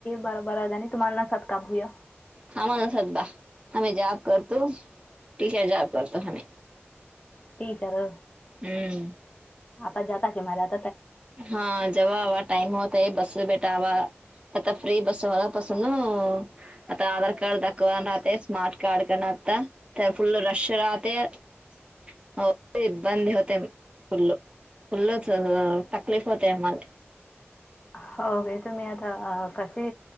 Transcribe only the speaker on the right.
हामाला असतात बा हामी जाॅब करतो टीचर जाॅब करतो हमी.
हम्म.
हा जवा आवा टाइम होता बस बे लेट वा आता फ्री बसू बसून, आता आधार कार्ड दाखवाना रातेस. स्मार्ट कार्ड कण आता तर फुल्ल रशी राहतेत. हो ते बंद होते फुल् फुल्लचे ह तकलीफ होते आम्हाला.